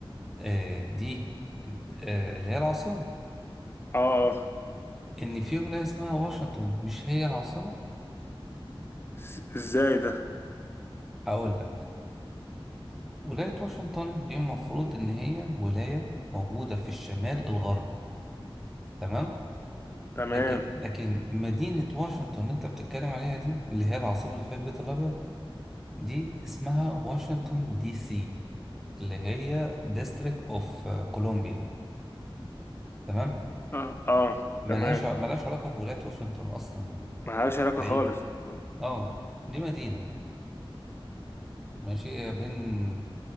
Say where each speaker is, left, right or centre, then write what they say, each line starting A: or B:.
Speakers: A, in the centre; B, on the left.
A: آه، دي آه، اللي هي العاصمة
B: اه آه.
A: إن في ولاية اسمها واشنطن مش هي العاصمة
B: إز- ازاي ده
A: هقول لك ولاية واشنطن دي المفروض إن هي ولاية موجودة في الشمال الغربي تمام
B: تمام
A: لكن لكن مدينة واشنطن اللي أنت بتتكلم عليها دي اللي هي العاصمة اللي فيها البيت الأبيض دي اسمها واشنطن دي سي اللي هي ديستريكت أوف كولومبيا تمام
B: اه اه
A: ملهاش
B: تمام
A: ع- ملهاش علاقة بولاية واشنطن أصلا
B: ملهاش علاقة
A: بعيدة
B: خالص آه.
A: اه دي مدينة ماشي هي بين